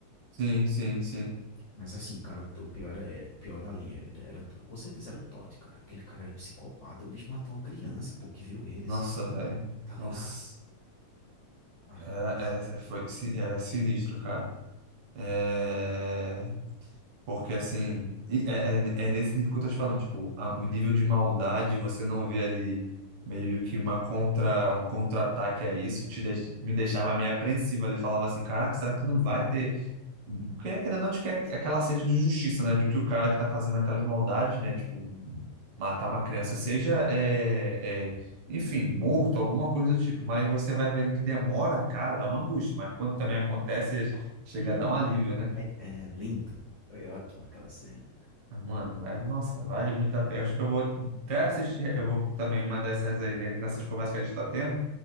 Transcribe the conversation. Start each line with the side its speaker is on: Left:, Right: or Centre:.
Right: Sim, sim, sim.
Left: Mas assim, cara, o, o pior é, é- o pior dali é, era, era- com certeza era o Todd, cara. Aquele cara era psicopata, o bicho matou uma criança, pô, que viu eles,
Right: Nossa, velho.
Left: tá ligado?
Right: Nossa.
Left: Ah,
Right: Era,
Left: nossa.
Right: era, foi, si, era sinistro, cara. É... Porque assim, e é, é, é nesse nível que eu tô te falando, tipo, a- o nível de maldade, você não vê ali meio que uma contra, um contra-ataque a isso, te deix- me deixava meio apreensivo ali, falava assim, caraca, será que não vai ter? Porque querendo ou não, a gente quer aquela sede de justiça, né? De que o cara que tá fazendo aquelas maldades, né? Tipo, matar uma criança, seja, é, é, enfim, morto, alguma coisa do tipo. Mas você vai vendo que demora, cara, dá uma angústia, mas quando também acontece, chega
Left: Hum,
Right: a dar um alívio, né?
Left: é, é lindo. Foi ótimo aquela cena.
Right: Mano, é- nossa, vale
Left: Ai,
Right: muito a pena.
Left: ai.
Right: Acho que eu vou até assistir. Eu vou também uma das séries aí, né, nessas conversas que a gente está tendo.